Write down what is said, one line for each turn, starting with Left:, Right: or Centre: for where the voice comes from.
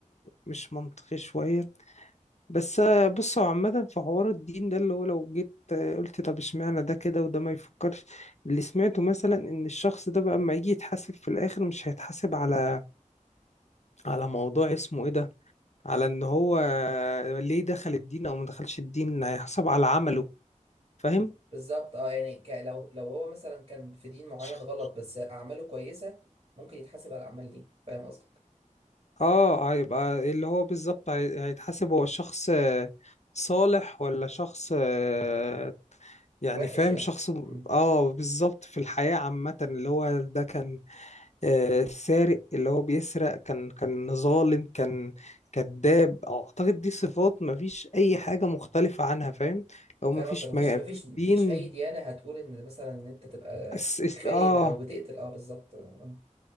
Left: مش منطقي شوية بس آه، بص هو عامة في حوار الدين ده اللي هو لو جيت آه، قلت طب اشمعنى ده كده وده ما يفكرش اللي سمعته مثلا ان الشخص ده بقى اما يجي يتحاسب في الاخر مش هيتحاسب على على موضوع اسمه ايه ده على ان هو ليه دخل الدين او ما دخلش الدين هيحسب على عمله فاهم
Right: بالظبط اه يعني ك... لو لو هو مثلا كان في دين معين
Left: شخ-
Right: غلط بس اعماله كويسه ممكن يتحاسب على الاعمال دي فاهم قصدك
Left: اه هيبقى اللي هو بالظبط هي- هيتحاسب هو شخص آه، صالح ولا شخص آه، يعني
Right: وحش
Left: فاهم
Right: يعني
Left: شخص م-
Right: مم.
Left: اه بالظبط في الحياة عامة اللي هو ده كان آه، سارق اللي هو بيسرق كان كان ظالم كان كذاب اعتقد دي صفات مفيش اي حاجة مختلفة عنها فاهم لو
Right: فاهم
Left: مفيش
Right: قصدك مفيش
Left: ما-
Right: مفيش
Left: في الدين
Right: مفيش اي ديانه هتقول ان مثلا ان انت تبقى
Left: الس- الس-
Right: خاين
Left: اه
Right: او بتقتل اه بالظبط آه.